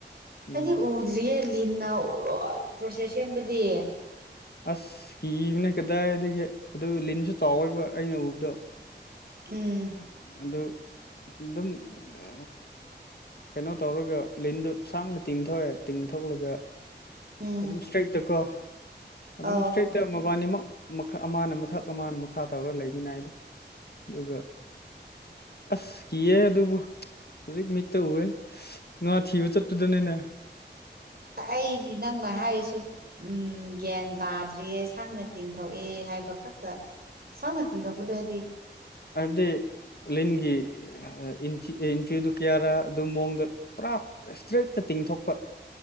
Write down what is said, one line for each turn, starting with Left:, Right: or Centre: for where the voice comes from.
Left: ꯎꯝ
Right: ꯑꯩꯗꯤ ꯎꯗ꯭ꯔꯤꯌꯦ ꯂꯤꯟꯅ ꯂꯣꯏ ꯄ꯭ꯔꯣꯁꯦꯁ ꯁꯦꯝꯕꯗꯤ
Left: ꯑꯁ ꯀꯤꯕꯅꯦ ꯀꯗꯥꯏꯗꯒꯤ ꯑꯗꯨ ꯂꯤꯟꯁꯨ ꯆꯥꯎꯌꯤꯕ ꯑꯩꯅ ꯎꯕꯗꯣ
Right: ꯎꯝ
Left: ꯑꯗꯨ ꯑꯗꯨꯝ ꯑ ꯀꯩꯅꯣ ꯇꯧꯔꯒ ꯂꯤꯟꯗꯨ ꯁꯥꯡꯅ ꯇꯤꯡꯊꯣꯛꯑꯦ ꯇꯤꯡꯊꯣꯛꯂꯒ
Right: ꯎꯝ
Left: ꯑꯗꯨꯝ ꯏꯁꯇ꯭ꯔꯦꯠꯇꯀꯣ ꯑꯗꯨꯝ
Right: ꯑꯧ
Left: ꯏꯁꯇ꯭ꯔꯦꯠ ꯇ ꯃꯕꯥꯅꯤꯃꯛ ꯃꯈꯥ ꯑꯃꯅ ꯃꯊꯛ ꯑꯃꯅ ꯃꯈꯥ ꯇꯧꯔ ꯂꯩꯃꯤꯅꯩꯗ ꯑꯗꯨꯒ ꯑꯁ ꯀꯤꯌꯦ ꯑꯗꯨꯕꯨ ꯍꯧꯖꯤꯛ ꯃꯤꯠꯇ ꯎꯑꯦ ꯉꯥ ꯊꯤꯕ ꯆꯠꯄꯗꯅꯤꯅꯦ
Right: ꯑꯩꯗꯤ ꯅꯪꯅ ꯍꯥꯏꯔꯁꯨ ꯎꯝ ꯒ꯭ꯌꯥꯟ ꯇꯥꯗ꯭ꯔꯤꯌꯦ ꯁꯥꯡꯅ ꯇꯤꯡꯊꯣꯛꯑꯦ ꯍꯥꯏꯕ ꯈꯛꯇ ꯁꯥꯡꯅ‌ ꯇꯤꯡꯊꯣꯛꯄꯗꯗꯤ
Left: ꯑꯥꯏꯋꯞꯗꯤ ꯂꯤꯟꯒꯤ ꯏꯟꯆꯤ ꯏꯟꯆꯤꯗꯨ ꯀꯌꯥꯔꯥ ꯑꯗꯨ ꯃꯑꯣꯡꯗ ꯄꯨꯔꯥ ꯏꯁꯇ꯭ꯔꯦꯠꯇ ꯇꯤꯡꯊꯣꯛꯄ